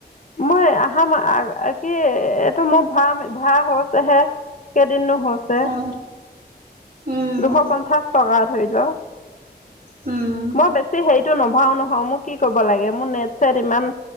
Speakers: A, on the left; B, on the right.
A: মই আহাম কি এইটো মোৰ ভা ভাচহে কিনো হৈছে।
B: অ', উম,
A: দুশ পঞ্চাশ টকা ধৰি ল।
B: উম,
A: মই বেছি হেৰি টো নভাও নহয় মোক কি কৰিব লাগে মোৰ নেট চট ইমান